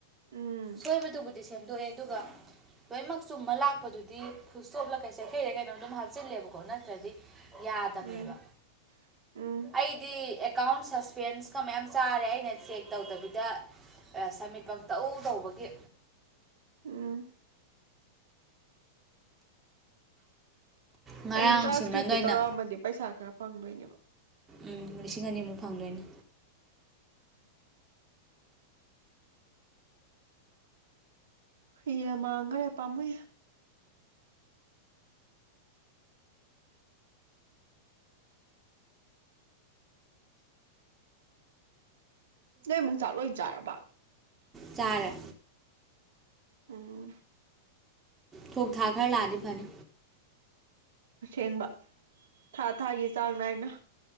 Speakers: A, on the right; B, on the right.
A: ꯎꯝ
B: ꯁꯣꯏꯕꯗꯨꯕꯨꯗꯤ ꯁꯦꯝ ꯗꯣꯛꯑꯦ ꯑꯗꯨꯒ ꯂꯣꯏꯅꯃꯛ ꯆꯨꯝꯃ ꯂꯥꯛꯄꯗꯨꯗꯤ ꯐꯨꯜ꯭ꯁꯇꯣꯞꯂ ꯀꯩ ꯆꯩꯩꯈꯩꯔ ꯀꯩꯅꯣ ꯑꯗꯨꯝ ꯍꯥꯞꯆꯤꯜꯂꯦꯕꯀꯣ ꯅꯠꯇ꯭ꯔꯗꯤ ꯌꯥꯗꯕꯅꯦꯕ
A: ꯎꯝ ꯎꯝ
B: ꯑꯩꯗꯤ ꯑꯦꯀꯥꯎꯟ ꯁꯁ ꯄꯦꯟꯁꯀ ꯃꯌꯥꯝ ꯆꯥꯔꯦ ꯑꯩꯅ ꯆꯦꯛ ꯇꯧꯗꯕꯤꯗ ꯁꯃꯤꯠ ꯄꯪ ꯇꯧ ꯇꯧꯕꯒꯤ
A: ꯎꯝ
B: ꯉꯔꯥꯡ
A: ꯑꯩꯁꯨ ꯇ꯭ꯔꯥꯟꯁꯀ꯭ꯔꯤꯞꯇꯨ
B: ꯁꯤꯃꯔꯟ ꯑꯣꯏꯅ
A: ꯇꯧꯔꯛꯑꯃꯗꯤ ꯄꯩꯁꯥ ꯈꯔ ꯐꯪꯗꯣꯏꯅꯦꯕ
B: ꯎꯝ ꯂꯤꯁꯤꯡ ꯑꯅꯤꯃꯨꯛ ꯐꯪꯗꯣꯏꯅꯦ
A: ꯐ꯭ꯔꯤꯗ ꯃꯥꯡꯈꯔꯦ ꯄꯥꯝꯃꯨ ꯅꯣꯏꯃꯨꯡ ꯆꯥꯛ ꯂꯣꯏ ꯆꯥꯔꯕ
B: ꯆꯔꯦ
A: ꯎꯝ
B: ꯊꯣꯡ ꯊꯥ ꯈꯔ ꯂꯥꯛꯑꯗꯤ ꯐꯅꯤ
A: ꯑꯁꯦꯡꯕ ꯊꯥ ꯊꯥꯒꯤ ꯆꯥꯡ ꯅꯥꯏꯅ